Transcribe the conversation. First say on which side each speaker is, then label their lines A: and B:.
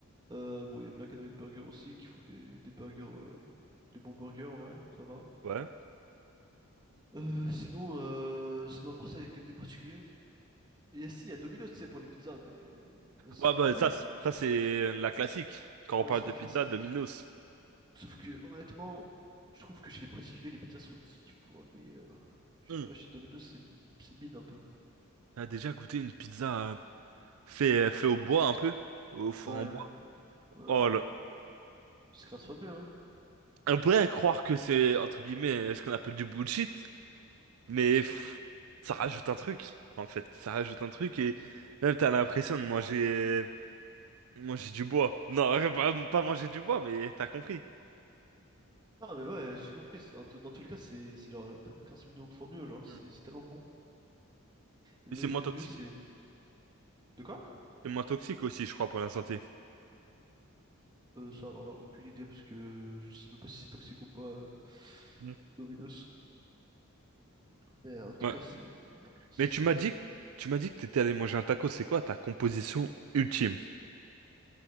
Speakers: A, on the right; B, on the right.
A: Euh, bon, il y a Black and White Burger aussi qui font des, des burgers, euh, des bons burgers, ouais, ça va.
B: ouais.
A: Euh, sinon, euh, sinon, à part ça, il y a que des particuliers. Et si, il y a Domino's, tu sais, pour les pizzas, mais. vas-y.
B: Ouais, bah,
A: En vrai,
B: ça, c'est- ça c'est la classique. Quand on
A: ouais,
B: parle
A: c'est
B: de
A: la
B: pizza,
A: classique.
B: Domino's.
A: Sauf que honnêtement, je trouve que chez les particuliers, les pizzas sont dix fois meilleures. Je
B: Hmm.
A: sais pas, chez Domino's, c'est c'est mid un peu.
B: T'as déjà goûté une pizza euh, fait, euh, fait au bois un peu? Au four
A: Ouais,
B: en bois?
A: ouais,
B: Oh
A: ouais.
B: là.
A: c'est 15 fois mieux, hein.
B: On pourrait croire que c'est, entre guillemets, ce qu'on appelle du bullshit, mais pff, ça rajoute un truc, en fait. Ça rajoute un truc et même t'as l'impression de manger, manger du bois. Non, <laughs> pas, pas manger du bois, mais t'as compris.
A: Non, mais ouais, j'ai compris. c'est- Dans, tous dans tous les cas, c'est c'est genre 15 millions de fois mieux, genre,
B: Hmm.
A: c'est c'est tellement bon. Le,
B: Et c'est moins
A: le
B: toxique.
A: mieux, c'est. De quoi?
B: C'est moins toxique aussi, je crois, pour la santé.
A: Euh, ça, alors là, aucune idée, parce que je sais même pas si c'est toxique ou pas, euh,
B: Hmm.
A: Domino's. Mais en tout
B: Ouais.
A: cas, c'est ouais, c'est
B: Mais tu m'as
A: pas mal
B: dit,
A: du tout.
B: tu m'as dit que t'étais allé manger un taco, c'est quoi ta composition ultime?